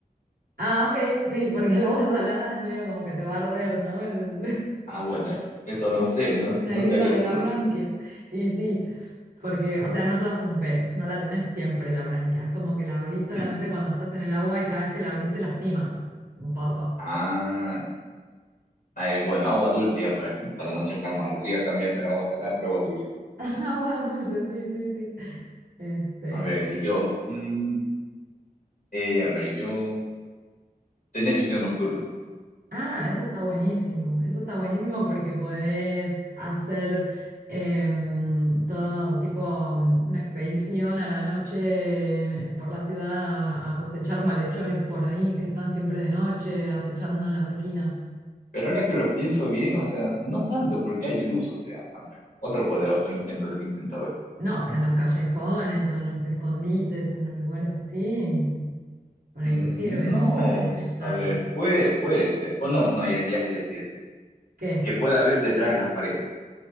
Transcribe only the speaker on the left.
Ah, bueno, eso no sé,
no sé,
no
sabría
decirte,
pero...
<laughs>
Ah, Ah, eh, bueno, agua dulce ya para, que- para no ser tan malo. Sí, a cambiar del agua salada, pero agua dulce.
A ver, yo, mm, eh, a ver, yo, tener visión nocturna.
Pero ahora que lo pienso bien, o sea, no tanto, porque hay luz, o sea, a ver, otro poder, otro intento, otro intento, a ver.
Mm,
no,
s- a ver, puede, puede, este, o no, no, ya, ya sé, ya sé, ya sé.
Que pueda ver detrás de las paredes.